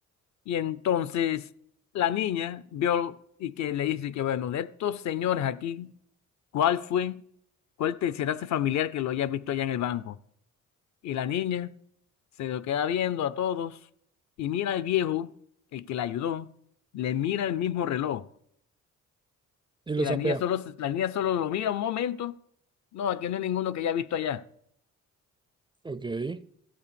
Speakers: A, on the left; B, on the right.
A: Y entonces la niña vio y que le dice que, bueno, de estos señores aquí, ¿cuál fue? ¿Cuál te será ese familiar que lo haya visto allá en el banco? Y la niña se lo queda viendo a todos y mira al viejo, el que la ayudó, le mira el mismo reloj.
B: y
A: Y
B: lo
A: la
B: sapea,
A: niña solo, se- la niña solo lo mira un momento. No, aquí no hay ninguno que haya visto allá.
B: ok.